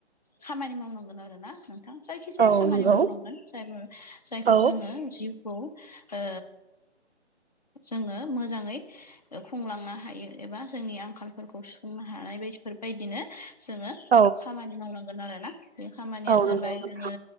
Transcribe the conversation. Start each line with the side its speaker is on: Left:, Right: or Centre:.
Left: खामानि मावनांगोन आरोना नोंथां जायखिजाया
Right: औ
Left: खामानि
Right: नंगौ
Left: मावनांगोन जायफोर जायखौ
Right: औ
Left: जोङो जिउखौ ओ जोङो मोजाङै खुंलांनो हायो एबा जोंनि आंखालफोरखौ सुफुंनो हानाय बेफोरबायदिनो जोङो
Right: औ
Left: खामानि मावनांगोन आरोना बे खामानियानो
Right: औ नंगौ
Left: जाबाय
Right: नोंथां
Left: जोङो